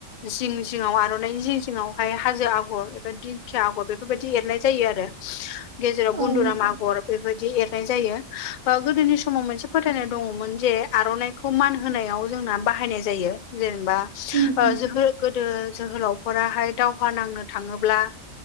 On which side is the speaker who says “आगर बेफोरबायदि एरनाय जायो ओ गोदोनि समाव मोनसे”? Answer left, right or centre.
Left